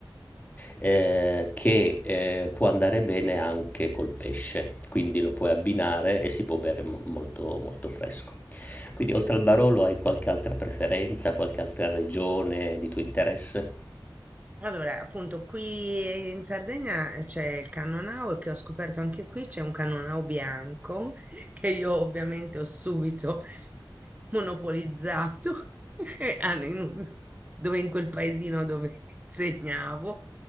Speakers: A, on the left; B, on the right.
A: eh, che eh, può andare bene anche col pesce, quindi lo puoi abbinare e si può bere mo- molto, molto fresco. Quindi oltre al Barolo hai qualche altra preferenza, qualche altra regione di tuo interesse?
B: Allora, appunto, qui in Sardegna eh, c'è il Cannonau e che ho scoperto anche qui c'è un Cannonau bianco <laughs> che io ovviamente ho subito <laughs> monopolizzato <laughs> e hanno in- un- dove in quel paesino dove <laughs> insegnavo